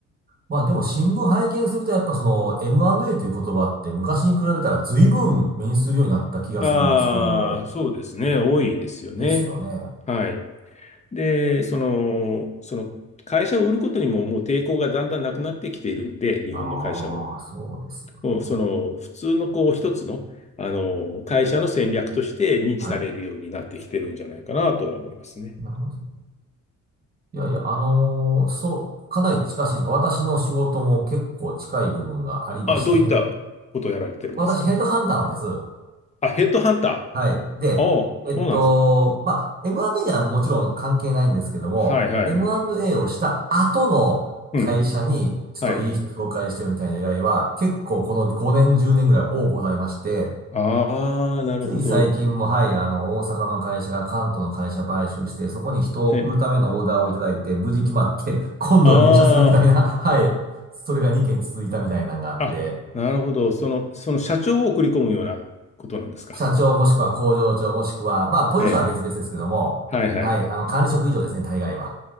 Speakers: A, on the right; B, on the left.
A: まあでも新聞拝見するとやっぱその M&A という言葉って昔に比べたら随分目にするようになった気がするんですけども。
B: ああ、そうですね。多いですよね。
A: ですよね。
B: はい。で、その、その、会社を売ることにももう抵抗がだんだんなくなってきているんで、日本の会社も。
A: ああ、そうですよね。
B: もうその普通のこう一つの、あの、会社の戦略として認知されるようになってきてるんじゃないかなとは思いますね。
A: はい。なるほどですね。いやいや、あのーそう、かなり近しいというか、私の仕事も結構近い部分がありまして
B: あ、どういったことをやられてるんですか
A: <laughs> 私ヘッドハンターなんです。
B: あ、ヘッドハンター。ああ、
A: はい。で、
B: そうなんですか。
A: えっと、まあ、M&A にはもちろん関係ないんですけども、
B: はいはいはい。
A: M&A をした後の会社に、
B: うん。
A: ちょっといい人紹介してよみたいな依頼は、
B: はい。
A: 結構この5年、10年ぐらい多ございまして、
B: ああ、なるほど。
A: つい最近も、はい、あの、大阪の会社が関東の会社買収して、そこに人を送るためのオーダーをいただいて、
B: え、
A: 無事決まって、<laughs> 今度入社するみたいな、
B: あ
A: <laughs> はい、それが2件続いたみたいなのがあって、
B: あ、あ、なるほど。その、その社長を送り込むようなことなんですか。
A: 社長もしくは工場長もしくは、まあ、ポジションは別々ですけども、
B: ええ。はいはい。
A: はい、あの、管理職以上ですね、大概は。